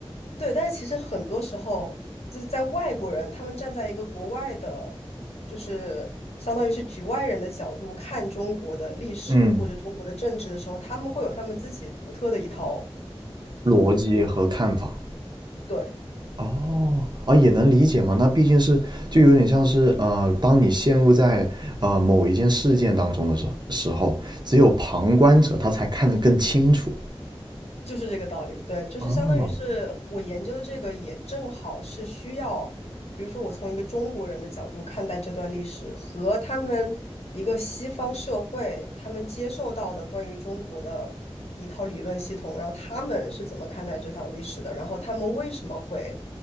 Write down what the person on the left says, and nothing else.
对，但是其实很多时候就是在外国人，他们站在一个国外的，就是相当于是局外人的角度看中国的历史或者中国的政治的时候，
他们会有他们自己独特的一套，
对，
就是这个道理，对，就是相当于是我研究的这个也正好是需要，
比如说我从一个中国人的角度看待这段历史，和他们一个西方社会他们接受到的关于中国的一套理论系统，然后他们是怎么看待这套历史的，然后他们为什么会